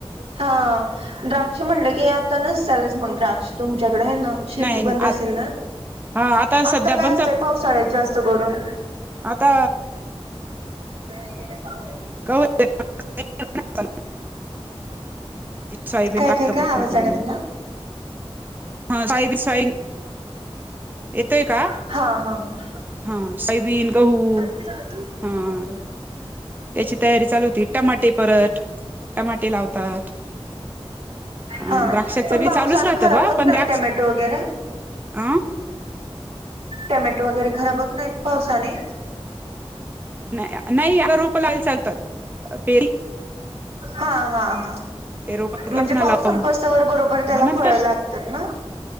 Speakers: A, on the right; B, on the right.
A: हा. द्राक्ष म्हणलं की आता नसलेच मग द्राक्ष तुमच्याकडे हाय ना? शे
B: नाही नाही आ
A: ना.
B: हा
A: आता
B: सध्या
A: काय
B: बंद
A: असतय? पावसाळ्या जास्त करून?
B: आता
A: केले <unintelligible>
B: क <inaudible> सोयाबीन
A: काय
B: टाकतं
A: काय काय?
B: कोणी
A: आवाज
B: कोणी
A: आडकला.
B: हा सायबी साईल <inaudible> येतोय का?
A: हा हा हा
B: हा सयबीन, गहू.
A: ू
B: हा
A: <inaudible>
B: त्याची तयारी चालू होती. टमाटे परत. टमाटे लावतात. आणि
A: हा
B: द्राक्षाचं
A: पण
B: बी
A: पावसान
B: चालूच राहतं
A: खराब
B: बा
A: होत
B: पण
A: नाहीत?
B: द्राक्ष
A: टमॅटो वगैरे.
B: अ
A: टमॅटो वगैरे खराब होत नाहीत पावसाने?
B: नाही नाही आग रोप लावेल चालतात. पेरी
A: हा हा हा.
B: ते रोप असतात
A: म्हणजे
B: ना
A: पाऊस
B: लावून.
A: संपस्तवर बरोबर त्याला
B: मग नंतर
A: फळं लागतात ना.